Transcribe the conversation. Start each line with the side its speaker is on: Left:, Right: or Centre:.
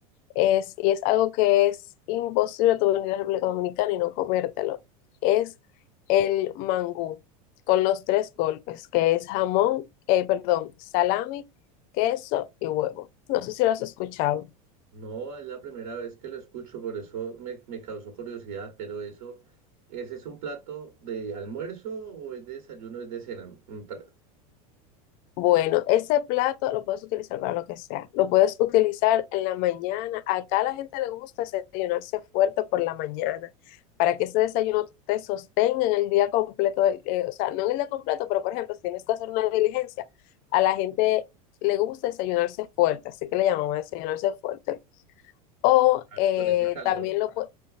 Left: es, y es algo que es imposible tú venir a la República Dominicana y no comértelo. Es el mangú, con los tres golpes, que es jamón, eh, perdón, salami, queso y huevo. No sé si lo has escuchado.
Right: No, es la primera vez que lo escucho, por eso me, me causó curiosidad, pero eso, ¿ese es un plato de almuerzo o es de desayuno, es de cena? Mm, pa-
Left: Bueno, ese plato lo puedes utilizar para lo que sea. Lo puedes utilizar en la mañana. Acá a la gente le gusta desayunarse fuerte por la mañana para que ese desayuno te sostenga en el día completo. eh, o sea, no en el día completo, pero por ejemplo, si tienes que hacer una diligencia, a la gente le gusta desayunarse fuerte, así que le llamamos desayunarse fuerte. O
Right: Claro,
Left: eh,
Right: y con ese calor,
Left: también lo puedes...